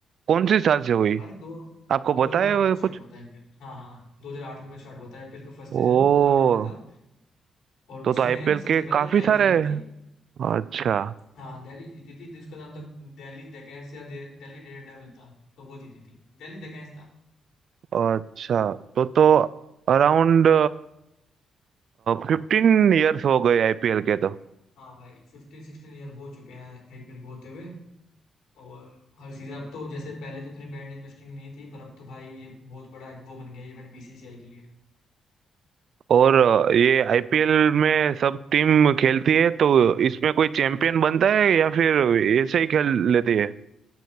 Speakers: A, on the right; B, on the left.
A: कौन सी साल से हुई
B: भाई दो
A: आपको
B: 2008
A: पता है वो
B: में स्टार्ट
A: कुछ
B: हुआ था आईपीएल हाँ हाँ 2008 में स्टार्ट हुआ था आईपीएल का फर्स्ट सीजन
A: ओ
B: 2008 में था और
A: तो तो
B: उसमें
A: आईपीएल
B: सबसे
A: के
B: पहले
A: काफी
B: दिल्ली
A: सारे
B: जीती थी
A: अच्छा
B: हाँ दिल्ली जीती थी जिसका नाम था दिल्ली डेकेंस या दे- दिल्ली डेयरडेविल था तो वो जीती थी दिल्ली डेकेंस था
A: अच्छा तो तो अराउंड फिफ्टीन इयर्स हो गए आईपीएल के तो
B: हाँ भाई फिफ्टीन सिक्सटीन ईयर हो चुके हैं आईपीएल को होते हुए और हर सीजन अब तो जैसे पहले तो इतनी ब्रांड इन्वेस्टिंग नहीं थी पर अब तो भाई ये बहुत बड़ा एक वो बन गया इवेंट बीसीसीआई के लिए
A: और अ, ये आईपीएल में सब टीम खेलती है तो इसमें कोई चैंपियन बनता है या फिर ऐसे ही खेल लेती है